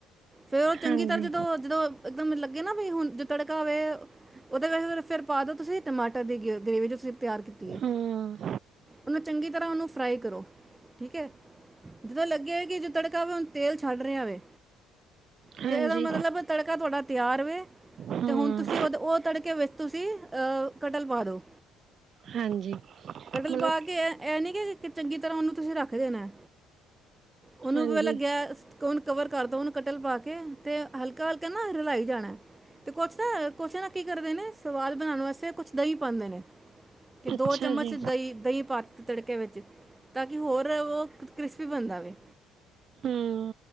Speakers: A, on the right; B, on the right.
A: ਫੇਰ ਉਹ ਚੰਗੀ
B: ਹਾਂਜੀ
A: ਤਰ ਜਦੋਂ ਜਦੋਂ ਇੱਕਦਮ ਲੱਗੇ ਨਾ ਵੀ ਹੁਣ ਜੋ ਤੜਕਾ ਹੋਵੇ ਉਹਦੇ ਵੈਸ ਫਿਰ ਪਾ ਦੋ ਤੁਸੀਂ ਟਮਾਟਰ ਦੀ ਗਿ ਗ੍ਰਰੇਵੀ 'ਚ ਤੁਸੀਂ ਤਿਆਰ ਕੀਤੀ ਐ,
B: ਹਮ
A: ਉਹਨੂੰ ਚੰਗੀ ਤਰ੍ਹਾਂ ਉਹਨੂੰ ਫਰਾਈ ਕਰੋ, ਠੀਕ ਹੈ? ਜਦੋਂ ਲੱਗੇ ਕਿ ਜੋ ਤੜਕਾ ਵੇ ਹੁਣ ਤੇਲ ਛੱਡ ਰਿਹਾ ਵੇ
B: ਹਾਂਜੀ
A: ਤੇ ਇਹਦਾ ਮਤਲਬ ਤੜਕਾ ਤੁਹਾਡਾ ਤਿਆਰ ਵੇ
B: ਹਮ
A: ਤੇ ਹੁਣ ਤੁਸੀਂ ਤੇ ਉਹਦੇ ਉਹ ਤੜਕੇ ਵਿੱਚ ਤੁਸੀਂ ਅਹ ਕਟਲ ਪਾ ਦੋ।
B: ਹਾਂਜੀ।
A: ਕਟਲ
B: ਮਤਲਬ
A: ਪਾ ਕੇ ਇਹ ਨੀ ਕਿ ਚੰਗੀ ਤਰ੍ਹਾਂ ਉਹਨੂੰ ਤੁਸੀਂ ਰੱਖ ਦੇਣਾ। ਉਹਨੂੰ
B: ਹਾਂਜੀ
A: <inaudible> ਨੂੰ ਕਵਰ ਕਰਦੋ ਉਹਨੂੰ ਕਟਲ ਪਾ ਕੇ ਤੇ ਹਲਕਾ-ਹਲਕਾ ਨਾ ਰਲਾਈ ਜਾਣਾ। ਤੇ ਕੁਛ ਨਾ ਕੁਛ ਨਾ ਕੀ ਕਰਦੇ ਨੇ ਸਵਾਦ ਬਣਾਉਣ ਵਾਸਤੇ ਕੁਛ ਦਹੀਂ ਪਾਉਂਦੇ ਨੇ। ਕਿ
B: ਅੱਛਾ
A: ਦੋ ਚਮਚ
B: ਜੀ
A: ਦਹੀਂ ਦਹੀਂ ਪਾਤੀ ਤੜਕੇ ਵਿੱਚ, ਤਾਂ ਕਿ ਹੋਰ ਉਹ ਕ੍ਰਿਸਪੀ ਬਣਦਾਵੇ।
B: ਹਮ